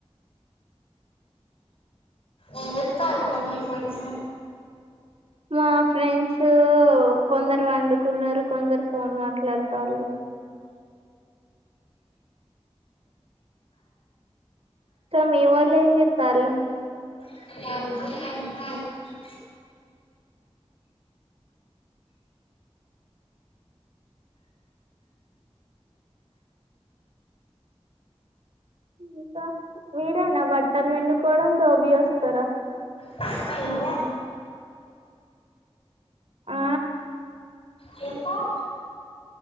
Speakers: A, on the left; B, on the right.
A: ఎమ్ చెత్తల్ మీ ఫ్రెండ్స్
B: మా ఫ్రెండ్సు కొందరు పండుకున్నరు. కొందరు ఫోన్ మాట్లాడతాళ్ళు. మీ వొళ్ళు ఏం చెత్తలు
A: <unintelligible>
B: ఇంకా మీరేనా బట్టలు పిండుకోవడం దోబీ వస్తారా
A: మేమే
B: ఆ
A: నీకు